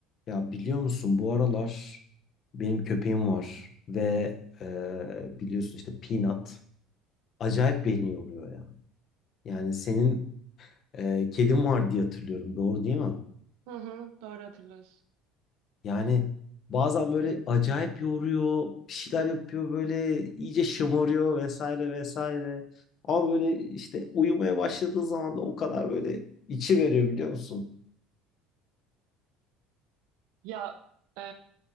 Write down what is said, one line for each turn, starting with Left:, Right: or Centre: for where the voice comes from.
Left: Ya biliyor musun bu aralar benim köpeğim var ve e, biliyorsun işte Peanut acayip beni yoruyor ya. Yani senin e, kedin var diye hatırlıyorum doğru değil mi?
Right: Hı hı, doğru hatırlıyorsun.
Left: Yani bazen böyle acayip yoruyor bir şeyler yapıyor böyle iyice şımarıyor vesaire vesaire. Ama böyle işte uyumaya başladığı zaman da o kadar böyle içi veriyor biliyor musun?
Right: Ya e,